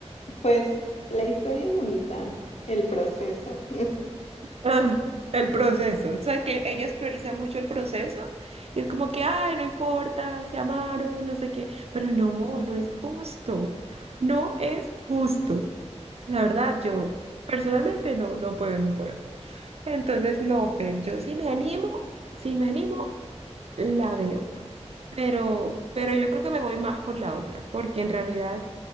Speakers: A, on the left; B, on the right.
A: pues la historia es bonita, el proceso.
B: Ah, el proceso. O sea, que ellos priorizan mucho el proceso y es como que, ay, no importa, se amaron, no sé qué. Pero no, no es justo. No es justo. La verdad, yo personalmente no, no puedo, no puedo. Entonces, no, Fer, yo sí me animo, si me animo, la veo. pero, pero yo creo que me voy más por la otra, porque en realidad